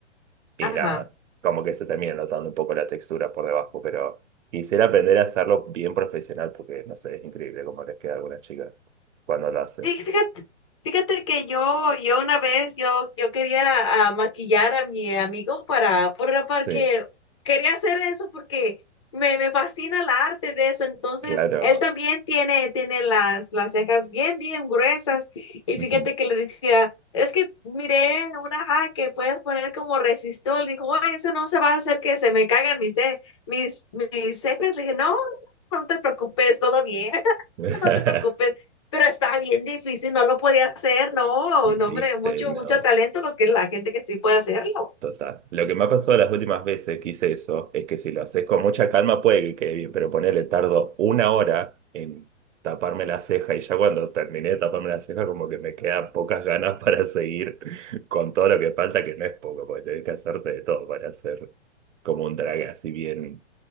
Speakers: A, on the right; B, on the left.
A: Y
B: Ajá.
A: nada, como que se termina notando un poco la textura por debajo, pero quisiera aprender a hacerlo bien profesional porque, no sé, es increíble cómo les queda a algunas chicas cuando lo hacen.
B: Sí, fíjate, fíjate que yo, yo una vez, yo, yo quería ah, maquillar a mi amigo para, por- porque
A: Sí,
B: quería hacer eso porque me, me fascina el arte de eso. Entonces,
A: claro.
B: él también tiene, tiene las, las cejas bien, bien gruesas. Y
A: Ujú.
B: fíjate que le decía, es que miré una ja que puedes poner como resistol. Dijo, "Ay, eso no se va a hacer que se me caigan mis, ce- mis, mis cejas. Le dije, no, no te preocupes, todo bien. <laughs>
A: <laughs>
B: No te preocupes pero está bien difícil, no lo podía hacer, no,
A: ¿Viste?
B: no, hombre, mucho,
A: No.
B: mucho talento los que la gente que sí puede hacerlo.
A: Total. Lo que me ha pasado las últimas veces que hice eso es que si lo haces con mucha calma puede que quede bien, pero ponele tardo una hora en taparme la ceja y ya cuando terminé de taparme la ceja como que me quedan pocas ganas <laughs> para seguir con todo lo que falta, que no es poco, porque tenés que hacerte de todo para hacer como un drag así bien